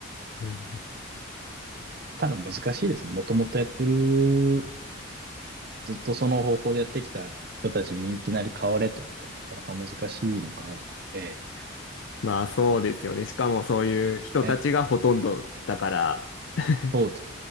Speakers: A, on the left (about 65°); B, on the right (about 50°).
A: うん
B: ただ難しいですね。もともとやってる、ずっとその方法でやってきた人たちにいきなり変われと言ってもなかなか難しいのがあるので、
A: まあそうですよね。しかもそういう人たちがほとんどだから、
B: ね、
A: <laughs>
B: そうです。